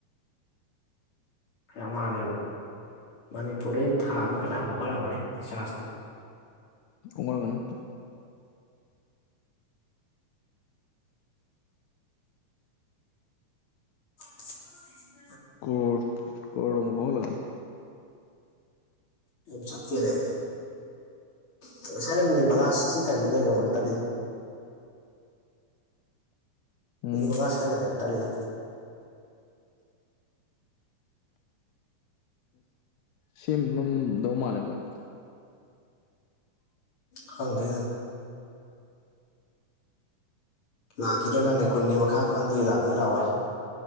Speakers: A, on the left; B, on the left.
A: ꯐꯅꯌꯥꯝ ꯍꯜꯂꯦꯕ ꯃꯅꯤꯄꯨꯔꯗꯩ ꯊꯥ ꯑꯃꯥꯗ ꯐꯅꯌꯥꯝ ꯀꯣꯠꯈꯠꯂꯝꯒꯅꯤ ꯔꯤꯆꯥꯔꯖꯇ
B: ꯈꯣꯝꯒꯠꯂꯝꯒꯅꯤ
A: <unintelligible>
B: ꯀꯣꯔ ꯀꯣꯔ ꯒꯨꯝꯕꯥ ꯈꯣꯝꯒꯠꯂꯝꯒꯅꯤ
A: ꯌꯨꯝ ꯆꯠꯇꯔꯦ ꯑꯁ ꯉꯁꯥꯏꯅ ꯃꯤꯅꯤꯠ ꯃꯉꯥ ꯁꯤ ꯇꯥꯏꯃꯤꯡꯗꯅꯤꯕ ꯀꯣꯜ ꯇꯠꯂꯤꯗꯣ
B: ꯎꯝ
A: ꯃꯤꯅꯤꯠ ꯃꯉꯥ ꯁꯥꯏꯗꯅꯦꯕ ꯇꯜꯂꯤꯗ
B: ꯁꯦꯝꯃꯝꯗꯧ ꯃꯥꯜꯂꯦ ꯃꯣꯏ
A: ꯈꯪꯗꯦ ꯂꯥꯛꯈꯤꯗ꯭ꯔꯥ ꯈꯪꯗꯦ ꯀꯨꯟꯒꯤ ꯃꯈꯥ ꯈꯪꯗ꯭ꯔꯤ ꯂꯥꯛꯅꯤ ꯂꯥꯛꯑꯣꯏ